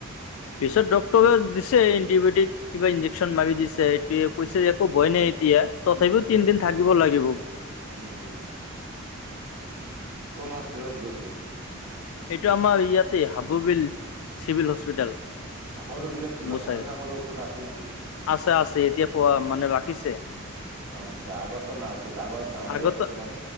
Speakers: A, on the left (about 75°); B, on the right (about 75°).
A: পিছত ডক্তৰে দিছে এণ্টিবায়টিক কিবা ইনজেকশচন মাৰি দিছে এইটোৱে কৈছে যে একো ভয় নাই- এতিয়া তথাপিও তিনদিন থাকিব লাগিব।
B: উম উম। কোন হস্পিটেলত গৈছিল?
A: এইটো আমাৰ ইয়াতে হাবুবিল চিভিল হস্পিতেল।
B: হাউৰ বিলত কিবা
A: বুচাই
B: সাপে কামোৰা ঔষধ আছে নেকি?
A: আছে আছে এতিয়া পোৱা মানে ৰা- খিছে।
B: আচ্ছা আগতে নাছিল আগত আমাৰ
A: আগতে
B: ইয়াত কোনো